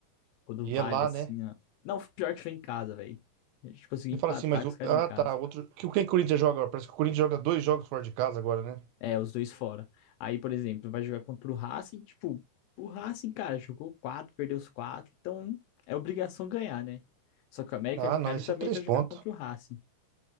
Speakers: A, on the left; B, on the right.
A: Quando
B: E
A: vale,
B: é lá,
A: assim,
B: né?
A: ó. Não, pior que foi em casa, velho. A gente conseguiu
B: Ele
A: empatar
B: fala assim, mas
A: com
B: o.
A: os caras
B: Ah,
A: em casa.
B: tá. Outro. Que o que o Corinthians joga agora? Parece que o Corinthians joga dois jogos fora de casa agora, né?
A: É, os dois fora. Aí, por exemplo, vai jogar contra o Racing, tipo, o Racing, cara, jogou quatro, perdeu os quatro, então é obrigação ganhar, né? Só que o América
B: Ah,
A: de Cali
B: não, esse
A: também
B: é três
A: vai
B: pontos.
A: jogar contra o Racing.